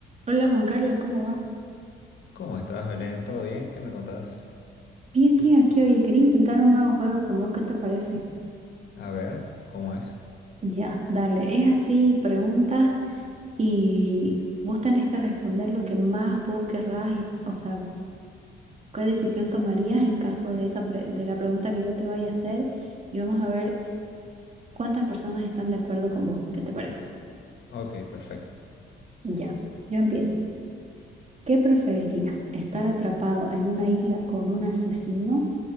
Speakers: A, on the right; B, on the left.
A: Hola Juan Carlos, ¿cómo va?
B: ¿Cómo estás, Belén? ¿Todo bien? ¿Qué me contás?
A: Bien, bien, aquí oye, quería intentar un nuevo juego con vos, ¿qué te parece?
B: A ver, ¿cómo es?
A: Ya, dale, es así, preguntas y vos tenés que responder lo que más vos querrás y, o sea, qué decisión tomarías en caso de esa pre- de la pregunta que yo te vaya a hacer y vamos a ver cuántas personas están de acuerdo con vos, ¿qué te parece?
B: Ok, perfecto.
A: Ya, yo empiezo. ¿Qué preferirías? ¿Estar atrapado en una isla con un asesino